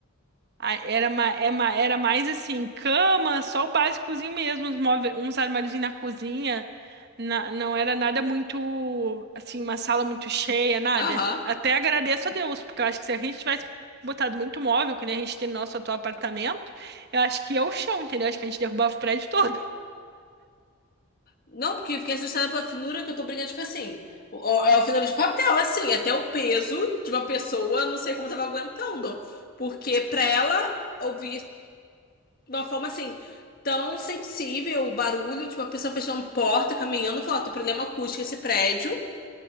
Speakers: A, on the right (about 50°); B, on the left (about 40°).
A: A- Era, ma- é ma- era mais assim, cama, só o básicozinho mesmo, uns, móve- uns armáriozinhos na cozinha. Na- não era nada muito, assim, uma sala muito cheia, nada.
B: Aham.
A: Até agradeço a Deus, porque eu acho que se a gente tivesse botado muito móvel, que nem a gente tem no nosso atual apartamento, eu acho que ia o chão, entendeu? Acho que a gente derrubava o prédio <laughs> todo.
B: Não, porque fiquei assustada pela finura que eu tô brincando, tipo assim. o- o- É uma finura de papel, assim, até o peso de uma pessoa, não sei como tava aguentando. Porque pra ela ouvir de uma forma assim, tão sensível o barulho de uma pessoa fechando porta, caminhando, falar, tem problema acústico esse prédio.